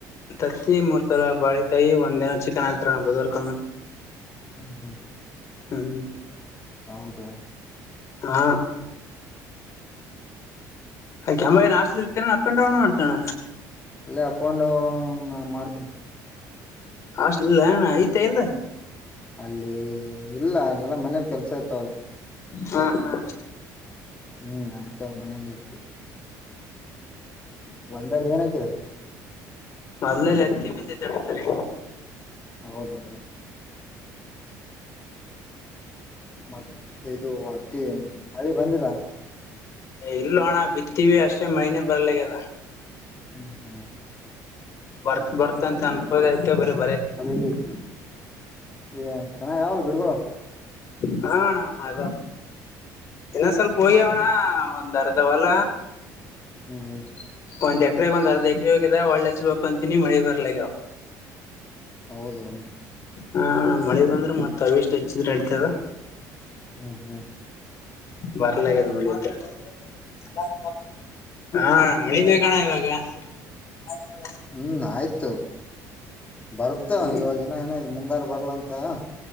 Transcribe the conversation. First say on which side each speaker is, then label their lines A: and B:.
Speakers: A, on the left; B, on the left.
A: ತತ್ತಿ ಮೂರ್ ಸಲ ಬಾಳೆ ಕಾಯಿ ಒಂದ್ ದಿನ ಚಿಕನ್ ಆಗ್ತಾರ ಬುದುವಾರ ಕೋಮ್ಮ.
B: ಹ್ಮ ಹ್ಮ <inaudible>
A: ಹ್ಮ್
B: ಹೌದು
A: ಹಾ ಕಯಂ <unintelligible> ಹಾಸ್ಟೆಲ್ ಅಲ್ಲಿ ಇರ್ತೇನೇನಾ ಅಪ್ ಅಂಡ್ ಡೌನ್ ಮಾಡ್ತೆ ಅಣ
B: ಅಲ್ಲೇ ಅಪೊಂಡು ಡೌನ್ ಮಾಡ್ತ <inaudible>
A: ಹಷ್ಟಲಿಲ್ಲಣ್ಣ ಆಯ್ತಾ ಇಲ್ಲ
B: ಅಲ್ಲಿ ಇಲ್ಲ ಅಲ್ಲೆಲ್ಲಾ ಮನಲಿ ಕೆಲ್ಸ ಇತ
A: ಹಾ ಹಾ
B: ಹ್ಮ್ ಅದ ಮನೆಗೆು ಒಂದಲ್ಲಿ ಏನ್ ಹಕಿದ್ರ
A: ಅಲ್ಲಲ್ಲಿ ಹತ್ತಿ ಬಿತ್ತ ತಳಿತರಿ
B: ಹೌದು ಮತ್ತೆ ಇದು ಅತ್ತಿ ಮಳೆ ಬಂದಿದ
A: ಇಲ್ಲ ಅಣ್ಣ ಬಿತ್ತೀವಿ ಅಷ್ಟೇ ಮಳೆನೇ ಬರ್ಲಿಗ್ಯಾದ್
B: ಹ್ಮ್ ಹ್ಮ್
A: ಬರ್ತ್ ಬರ್ತಂತ ಅನ್ ಹೌದಯ್ ಬರ <unintelligible>
B: ಅರಲ್ಲ <unintelligible> ಏ ಚೆನ್ನಾಗ ಆ ಅವಲ ಗಿಡ್ಗಳು
A: ಹಾ ಅಣ್ಣ ಅದಾ ಇನ್ನೊ್ ಸ್ವಲ್ಪ ಹೋಗಿ ಅವಣ ಒಂದು ಅರ್ಧ ವಲ
B: ಹ್ಮ್ ಹ್ಮ
A: ಒಂದ್ ಎಕ್ರಗ್ ಒಂದ್ ಅರ್ಧ ಎಕ್ರ ಹೋಗ್ಯದ ಒಳ್ಳೆ ಅಚ್ಚ ಬೇಕಂತೆನಿ ಮಳಿ ಬರ್ಲಗದ್
B: ಹೌದು
A: ಹಾ ಮಳೆ ಬಂದ್ರೆ ಮತ್ತತ್ ಅವೆಷ್ಟು ಹೆಚ್ಚಿದ್ರೆ ಆಗ್ತದ
B: ಹ್ಮ್ ಹ್ಮ್
A: ಬರ್ಲಗದ್ ಮಾಳಿದ್ದ ತಾನ <unintelligible> ನೀ ಬೇಕಣ ಇವಾಗ ಹ
B: ಹ್ಮ್ ಆಯ್ತು ಬರ್ತಾ
A: ಹ್ಮ್
B: ಇವಾಗನ್ನ ಏನ ಮುಂಗಾರು ಬರ್ಲ ಅಂತ <unintelligible> ಹ.